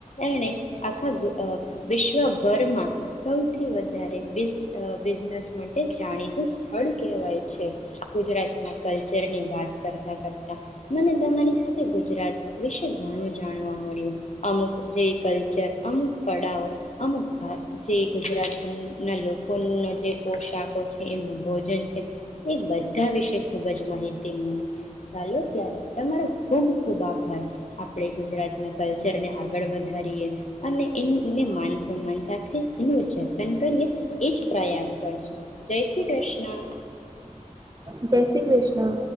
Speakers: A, on the left (about 60°); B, on the right (about 30°).
A: એણે આખા અ વિશ્વભરમાં સૌથી વધારે બ બિઝનેસ માટે જાણીતું સ્થળ કહેવાય છે. ગુજરાતના કલ્ચરની વાત કરતા કરતાં મને તમારી સાથે ગુજરાત વિશે ઘણું જાણવા મળ્યું. અમુક જે કલ્ચર અમુક કળાઓ અમુક જે ગુજરાતનીના લોકોના જે પોશાકો છે, એમનું ભોજન છે એ બધા વિશે ખૂબ જ માહિતી મળી ચાલો ત્યારે તમારો ખૂબ ખૂબ આભાર. આપણે ગુજરાતના કલ્ચરને આગળ વધારીએ અને એને માન સન્માન સાથે એનું જતન કરીએ. એ જ પ્રયાસ કરશું જય શ્રી કૃષ્ણ.
B: જય શ્રી કૃષ્ણ.